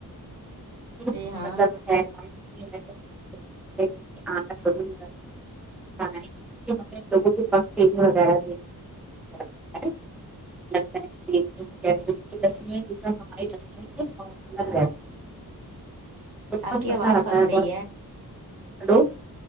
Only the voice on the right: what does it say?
جی ہاں
آپ
کی
آواز
پھنس
رہی